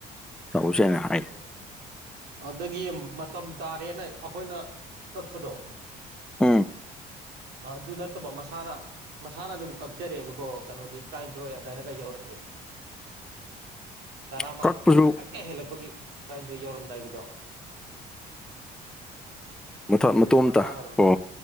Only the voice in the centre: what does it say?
ꯇꯧꯎꯁꯦ ꯍꯥꯏꯅ ꯍꯥꯏ
ꯎꯝ
<unintelligible>
ꯀꯛꯄꯁꯨ
ꯃꯊ
ꯃꯇꯣꯝꯇ
ꯑꯣ